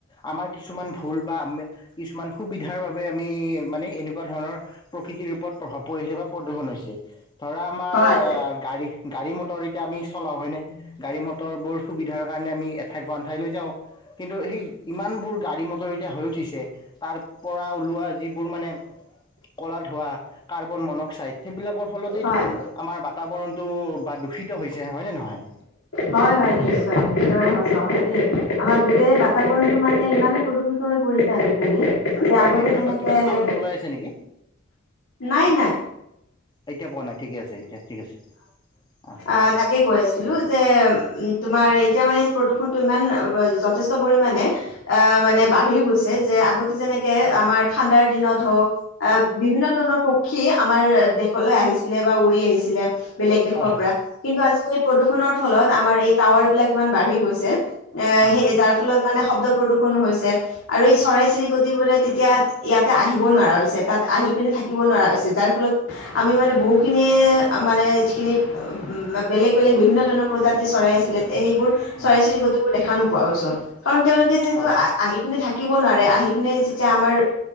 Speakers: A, on the left; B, on the left.
A: আমাৰ কিছুমান ভুল বা আম কিছুমান সুবিধাৰ বাবে আমি মানে এনেকুৱা ধৰণৰ প্ৰকৃতিৰ ওপৰত প্ৰভাৱ পৰিছে বা প্ৰদূষণ হৈছে। ধৰা আমাৰ
B: হয়
A: অ গাড়ী গাড়ী মটৰ এতিয়া আমি চলাওঁ হয়নে, গাড়ী মটৰবোৰ সুবিধাৰ কাৰণে আমি এঠাইৰ পৰা আন ঠাইলৈ যাওঁ কিন্তু সেই ইমানবোৰ গাড়ী মটৰ এতিয়া হৈ উঠিছে তাৰ পৰা ওলোৱা যিবোৰ মানে কলা ধোৱা কাৰ্বন মনক্সাইড সেইবিলাকৰ ফলতেটো
B: হয়
A: আমাৰ বাতাবৰণটো বা দূষিত হয়নে নহয়
B: হয় হয় নিশ্চয়, একৰে হ চা দেই আমাৰ গোটেই বাতাবৰণটো মানে ইমানে প্ৰদূষিত হৈ পৰিছে আজিকালি, ত
A: তোমাৰ
B: আগতে
A: বেকগ্ৰাউণ্ডত
B: তেনেক
A: কিবা চাউণ্ড ওলাই আছে নেকি
B: নাই নাই
A: এতিয়া পোৱা নাই ঠিকে আছে এতিয়া ঠিক আছে অ
B: আ কি কৈ আছিলো যে, উম তোমাৰ এতিয়া মানে প্ৰদূষণ ইমান অ ব যথেষ্ট পৰিমানে, এ মানে বাঢ়ি গৈছে যে আগতে যেনেকে আমাৰ ঠাণ্ডাৰ দিনত হওক আহ বিভিন্ন ধৰণৰ পক্ষী আমাৰ দেশলৈ আহিছিলে বা উৰি আহিছিলে বেলেগ দেশৰ
A: হয় হয়
B: পৰা কিন্তু আজিকালি প্ৰদূষণৰ ফলত আমাৰ এই টাৱাৰ বিলাক ইমান বাঢ়ি গৈছে। এ
A: উম,
B: সেই যাৰ ফলত মানে শব্দ প্ৰদু প্ৰণো হৈছে আৰু এই চৰাই চিৰিকটিবোৰে তেতিয়া ইয়াতে আহিব নোৱাৰা হৈছে, তাত আহি পিনে থাকিব ব নোৱাৰা হৈছে, যাৰ ফলত আমি মানে বহুখিনি মানে যিখিনি বেলেগ বেলেগ বিভিন্ন ধৰণৰ প্ৰজাতিৰ চৰাই আছিলে সেইবোৰ
A: উম,
B: চৰাই চিৰিকতিিবোৰ দেখা নো পোৱা গছ কাৰণ তেওঁলোকে যিহেতু
A: হয়
B: আহি পিনে থাক থাকিব নোৱাৰে আহি পিনে যেতিয়া আমাৰ